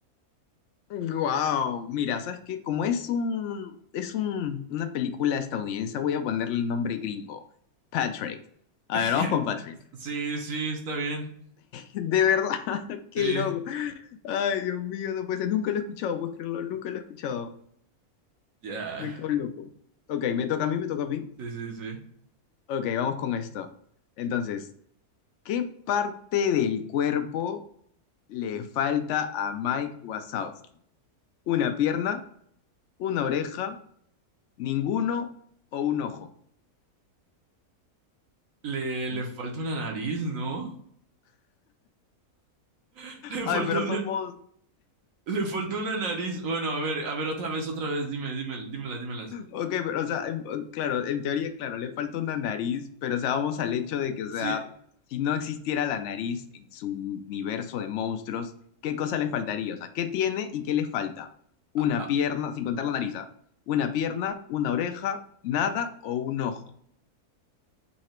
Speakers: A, on the left; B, on the right.
A: Wow, mira, ¿sabes qué? Como es un, es un, una película estadounidense, voy a ponerle el nombre gringo. Patrick. A
B: <laughs>
A: ver, vamos con Patrick.
B: Sí, sí, está bien.
A: De verdad, <laughs> qué
B: Sí.
A: loco. Ay, Dios mío, no puede ser. Nunca lo he escuchado, puedes creerlo, nunca lo he escuchado.
B: Ya,
A: Me cago en loco. Ok, me toca a mí, me toca a mí.
B: sí, sí, sí.
A: Ok, vamos con esto. Entonces, ¿qué parte del cuerpo le falta a Mike Wazowski? ¿Una pierna, una oreja, ninguno o un ojo?
B: Le, le
A: Mm.
B: falta una nariz, ¿no? <laughs> Le
A: Ay,
B: faltó
A: pero
B: una,
A: somos,
B: le faltó una nariz. Bueno, a ver, a ver, otra vez, otra vez, dime, dime, dímelas, dímelas.
A: Ok, pero o sea, en- claro, en teoría, claro, le falta una nariz, pero o sea, vamos al hecho de que, o
B: Sí,
A: sea, si no existiera la nariz en su universo de monstruos, ¿qué cosa le faltaría? O sea, ¿qué tiene y qué le falta? Una
B: a,
A: pierna, sin contar la nariz, ¿ah? Una pierna, una oreja, nada o un ojo.